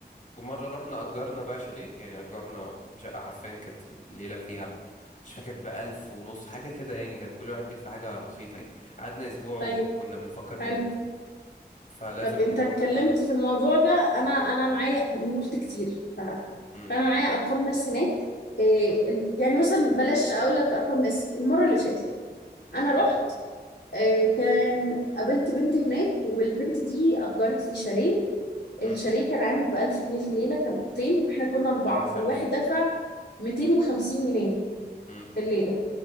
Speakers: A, on the left; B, on the left.
A: ومرة رحنا أجرنا بقى شاليه يعني أجرنا شقة حرفيا كانت الليلة فيها ب- مش فاكر بألف ونص حاجة كده يعني كان كل واحد بيدفع حاجة بسيطة يعني قعدنا أسبوع
B: طيب
A: وكنا بنفكر
B: حلو
A: نمد فلازم
B: طب انت
A: نروح
B: اتكلمت
A: آه،
B: في الموضوع ده انا انا معايا انا رحت كتير ف...
A: مم،
B: فانا معايا ارقام ناس هناك إيه
A: مم،
B: ال... يعني مثلا بلاش اقول لك ارقام ناس المره اللي فاتت انا رحت
A: مم،
B: إيه كان قابلت بنت هناك والبنت دي اجرت لي شاليه
A: مم.
B: الشاليه كان عامل ب 1000 جنيه في الليله كان اوضتين واحنا كنا اربعه
A: أوه
B: فالواحد
A: حلو
B: دفع 250 جنيه
A: مم.
B: في الليله